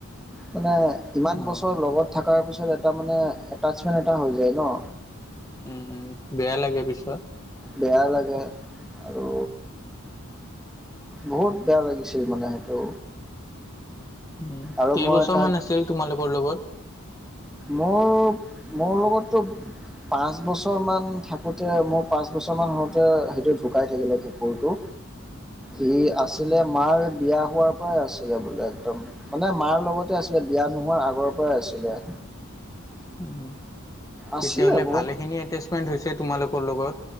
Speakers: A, in the centre; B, on the left (about 15°).
A: মানে ইমান
B: অ'
A: বছৰ
B: হয়
A: লগত
B: নেকি?
A: থকাৰ পিছত এটা মানে এটাচমেণ্ট এটা হৈ যায় ন।
B: উম উম, বেয়া লাগে পিছত।
A: বেয়া লাগে, আৰু বহুত বেয়া লাগিছিল মানে সেইটো।
B: উম,
A: আৰু
B: কেইবছৰ
A: মই তাক
B: মান আছিল তোমালোকৰ লগত?
A: মোৰ, মোৰ লগততো পাঁচ বছৰমান থাকোঁতে, মোৰ পাঁচ বছৰমান হওঁতে সেইটো ঢুকাই থাকিলে কুকুৰটো। সি আছিলে,
B: উম,
A: মাৰ বিয়া হোৱাৰ পৰাই আছিলে বোলে একদম। মানে মাৰ লগতে আছিলে, বিয়া
B: উম,
A: নোহোৱাৰ আগৰ পৰাই আছিলে।
B: উম।
A: আছিলে
B: তেতিয়াহ'লে
A: বহুত
B: ভালে খিনি এটেচমেন্ট হৈছে তোমালোকৰ লগত?